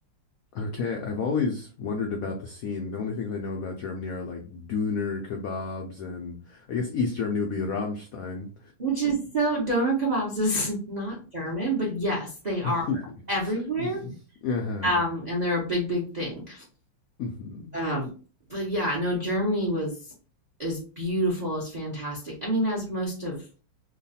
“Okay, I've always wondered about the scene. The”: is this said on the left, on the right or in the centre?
Left